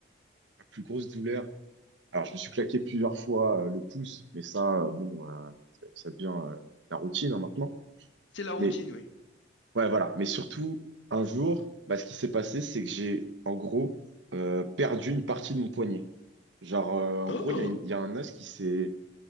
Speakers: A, on the right; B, on the left.
A: la plus grosse douleur, alors je me suis claqué plusieurs fois euh, le pouce, mais ça, euh, bon, euh, ça, ça devient euh, la routine hein, maintenant.
B: C'est la routine,
A: Mais
B: oui.
A: Ouais, voilà. Mais surtout, un jour, bah, ce qui s'est passé, c'est que j'ai, en gros, euh, perdu une partie de mon poignet. Genre, euh, en
B: Oh!
A: gros, il y a une- il y a un os qui s'est,